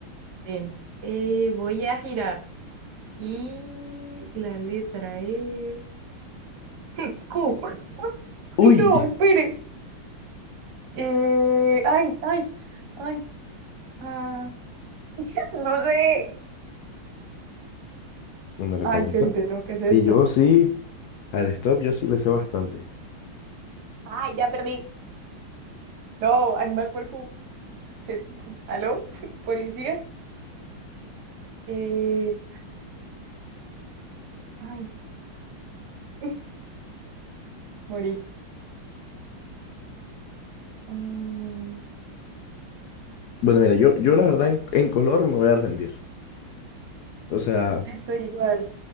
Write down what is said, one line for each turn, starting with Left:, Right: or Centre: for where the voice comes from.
Right: bien. Eh, voy a girar y la letra es Q.
Left: Uy,
Right: Ay, no, espere. Eh, ay, ay, ay. ah, <laughs> No sé.
Left: <laughs> bueno, recomiendo.
Right: Ay, gente, no, ¿qué es esto?
Left: Y yo sí, al stop yo sí le sé bastante.
Right: Ay, ya perdí. No, animal por Q. Je- ¿Aló? <laughs> ¿Policía? Eh, ay, <laughs> morí. Mm,
Left: Bueno, mira, yo, yo
Right: eh,
Left: la verdad en, en color me voy a rendir. O sea,
Right: estoy igual.